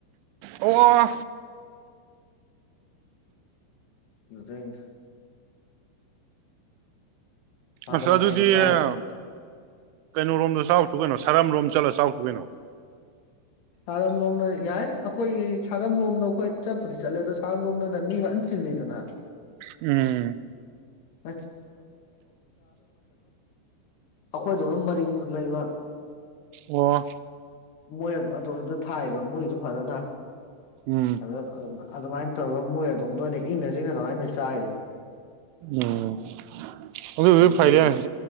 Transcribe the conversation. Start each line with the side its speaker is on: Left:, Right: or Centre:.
Right: ꯑꯣ
Left: ꯌꯨ ꯊꯩꯅꯤ ꯁꯥꯔꯝ
Right: ꯑꯁ ꯑꯗꯨꯗꯤ
Left: ꯂꯣꯝꯗ ꯆꯥꯔꯨ
Right: ꯑꯝ ꯀꯩꯅꯣꯔꯣꯝꯗꯥ ꯆꯥꯎꯆꯣ ꯀꯩꯅꯣ ꯁꯥꯔꯝ ꯔꯣꯝꯗꯥ ꯆꯠꯂ ꯆꯥꯎꯆꯣ ꯀꯩꯅꯣ
Left: ꯁꯥꯔꯝꯂꯣꯝꯗ ꯌꯥꯏ ꯑꯩꯈꯣꯏ ꯁꯥꯔꯝꯂꯣꯝꯗ ꯑꯩꯈꯣꯏ ꯆꯠꯄꯨꯗꯤ ꯆꯠꯂꯦ ꯑꯗꯣ ꯁꯥꯔꯝꯂꯣꯝꯗꯅ ꯃꯤ ꯐꯖꯥꯅ ꯆꯤꯜꯂꯤꯗꯅ
Right: ꯎꯝ
Left: <inaudible> ꯑꯈꯣꯏ ꯗꯣꯝ ꯃꯔꯤꯡ ꯈꯨꯜ ꯂꯩꯕ
Right: ꯑꯣ
Left: ꯃꯣꯏ ꯑꯗꯨ ꯑꯗꯨꯗ ꯊꯥꯏꯕ ꯃꯣꯏꯗꯨ ꯐꯖꯅ
Right: ꯎꯝ
Left: ꯑꯗꯥ ꯑ ꯑꯗꯨꯃꯥꯏꯟ ꯇꯧꯔꯒ ꯃꯣꯏ ꯇ‌ꯣꯡꯕꯅꯦ ꯏꯪꯅ ꯆꯤꯛꯅ ꯑꯗꯨꯃꯥꯏꯅ ꯆꯥꯏꯅ‌ꯦ
Right: ꯑꯣ ꯑꯗꯨꯗꯨꯗꯤ
Left: ꯑꯗꯨꯗꯤ
Right: ꯐꯩꯅ‌ꯦ